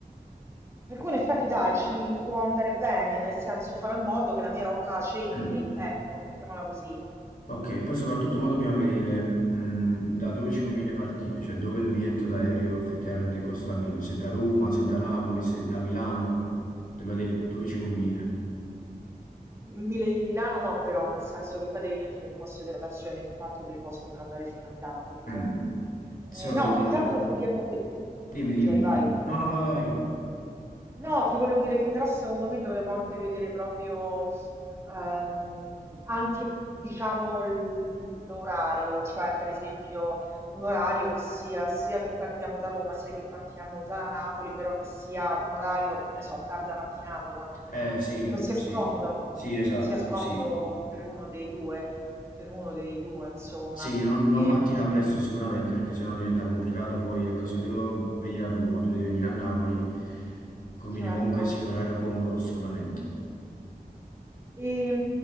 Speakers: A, on the right; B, on the left.
A: per cui in effetti, dai, ci può andare bene, nel senso farò in modo che la mia roba c'entri,
B: Mm.
A: ecco, mettiamola così.
B: Ok, poi soprattutto mo dobbiamo vedere mh, da dove ci conviene partire, cioè dove il biglietto d'aereo effettivamente costa meno, se da Roma, se da Napoli, se da Milano, dobbiamo vedere dove ci conviene.
A: Milano no, però, nel senso che poi devi mettere in considerazione il fatto del costo per andare fino a Milano, capito?
B: Mm, se
A: Eh,
B: no
A: no,
B: dovremmo
A: più
B: vedere...
A: che altro dobbiamo... ve-
B: Dimmi,
A: Scusami,
B: dimmi.
A: vai.
B: No, no, vai, vai.
A: No, ti volevo dire che però secondo me dovremmo anche vedere proprio ehm, anche diciamo l- l'orario, cioè per esempio un orario che sia sia che partiamo da Roma sia che partiamo da Napoli, però che sia un orario, che ne so, tarda mattinata quantomeno,
B: vai. Eh, sì,
A: che non sia
B: sì,
A: scomodo,
B: sì, esatto,
A: che non sia scomodo
B: sì.
A: per uno dei due, per uno dei due, insomma.
B: Sì, non,
A: Ehm,
B: non mattina presto sicuramente perché sennò diventa complicato, poi ecco, se io devo venire a Roma, tu devi venire a Napoli, conviene
A: certo.
B: comunque sì un orario comodo assolutamente.
A: E,